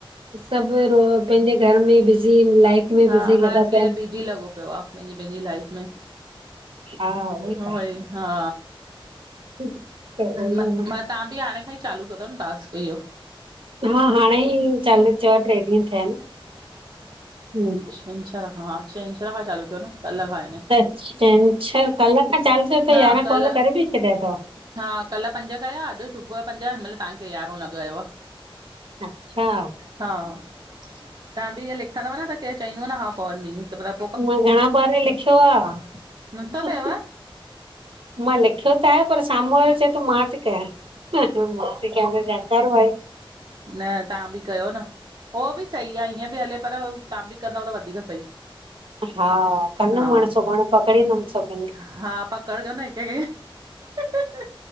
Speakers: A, on the right; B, on the right.
A: सभु रो पंहिंजे घर में बिज़ी इनि लाइफ में
B: हा,
A: बिज़ी
B: हर
A: लॻा पिया
B: केर
A: आहिनि
B: बिजी लॻो पियो आ पंहिंजी- पंहिंजी लाइफ़ में।
A: हा उहो ई त
B: व्हई
A: आहे
B: हा।
A: त उहो ई
B: म
A: मस्त।
B: म तहां बि हाणे खां ई चालू कियो तव न टास्क इह्यो?
A: हा, हाणे ई चालू थियो आ, ट्रे ॾींहं थिया हिनि।
B: छंछर खां, हा छंछर खां चालू थियो न। कल्ह खां याने
A: त छंछर कल खां चालू थियो त
B: हा
A: यांरहां
B: कल्ह
A: कॉल करे बि छॾिया तव?
B: हा कल पंज कया। अॼु सुबह जो पंज। हिनमल तहांखे यारहों लॻायो आ।
A: अच्छा!
B: हा, तहां बि इएं लिखंदव न त केर चईंदो न हा काल मी त मतिलब
A: मां घणा बार ही लिखियो आ हूं
B: नथो थिएव
A: हूं मां लिखियो त आहे पर साम्हूं वारो चए थो मां तोकयां मां ती कयां त जयकारो आहे।
B: न तव्हां बि कयो न, उहो बि सही आहे, ईएं बि हले, पर तव्हां बि कंदव त वधिक सही।
A: हा कंदमि
B: हा।
A: हाणे सुभाणे पकड़ींदमि सभिनि खे
B: हा पकडजो न हिक खे। अअअअअ